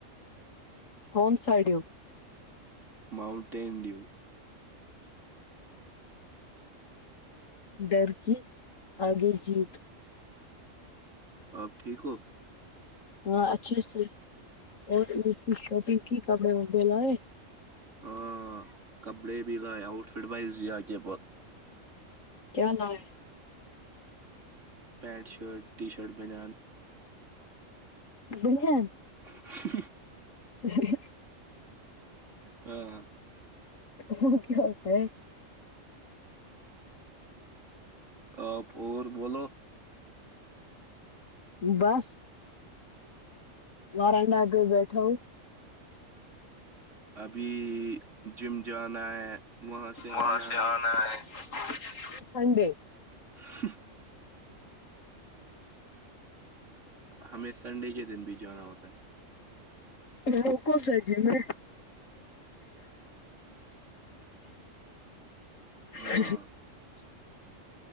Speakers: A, on the left; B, on the right.
A: کون ساڈو
B: ماؤونٹینڈیو
A: ڈرکی آگے جیت
B: آپ ٹھیک ہو
A: ہاں اچھے سے اور اس کی شاپنگ کی کپڑے وپڑے لائے
B: ہاں کپڑے بھی رہ آؤٹ فٹ وائز آ کے
A: کیا نام ہے
B: پینٹ شرٹ ٹی شرٹ بنیان
A: ب ہیں <unintelligible>
B: <inaudible>
A: ہ <inaudible>
B: ہاں
A: وہ کیا ہوتا ہے
B: ا اور بولو
A: بس نارائن ڈا گے بیٹھا
B: ابھی جم جانا ہے وہاں سے آنا
A: وہ سے
B: ہے
A: ن <unintelligible> سنڈے
B: ہ <inaudible>
A: اچھاچا
B: ہمیں سنڈے کے دن بھی جانا ہوتا ہے
A: وہ کو جی میں <unintelligible>
B: ہاں